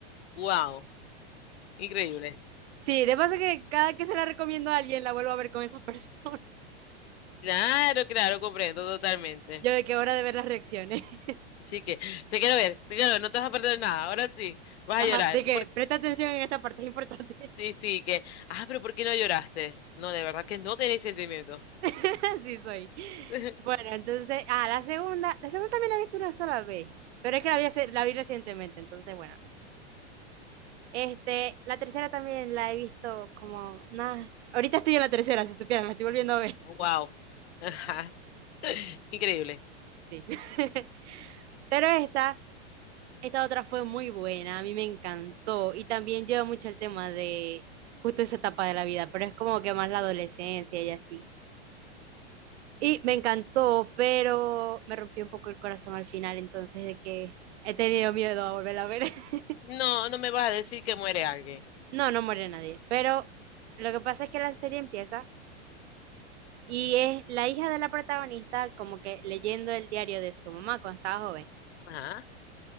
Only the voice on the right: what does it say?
Sí, de paso que cada que se la recomiendo a alguien la vuelvo a ver con esa persona. <laughs>
Yo de qué hora de ver las reacciones. <laughs>
Ajá,
de que
presta atención en esta parte, es importante.
<laughs> Así soy.
Bueno, entonces, ah, la segunda, la segunda también la he visto una sola vez, pero es que la vi, hace- la vi recientemente, entonces, bueno. Este, la tercera también la he visto como unas... Ahorita estoy en la tercera, si supieran, la estoy volviendo a ver.
Sí. <laughs> Pero esta Esta otra fue muy buena, a mí me encantó y también lleva mucho el tema de justo esa etapa de la vida, pero es como que más la adolescencia y así. Y me encantó, pero me rompió un poco el corazón al final, entonces de que he tenido miedo a volver a ver. <laughs>
No, no muere nadie, pero lo que pasa es que la serie empieza y es la hija de la protagonista como que leyendo el diario de su mamá cuando estaba joven.